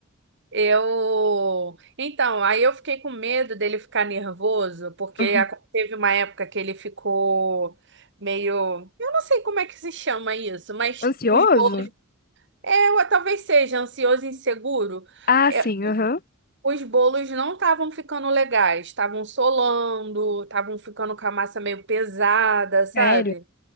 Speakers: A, on the right; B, on the left.
A: Eu. Então, aí eu fiquei com medo dele ficar nervoso, porque
B: Aham.
A: a- teve uma época que ele ficou meio. Eu não sei como é que se chama isso, mas
B: Ansioso?
A: os bolos. É, ou talvez seja ansioso e inseguro.
B: Ah,
A: É,
B: sim, aham.
A: os bolos não estavam ficando legais, estavam solando, estavam ficando com a massa meio pesada, sabe?
B: Sério?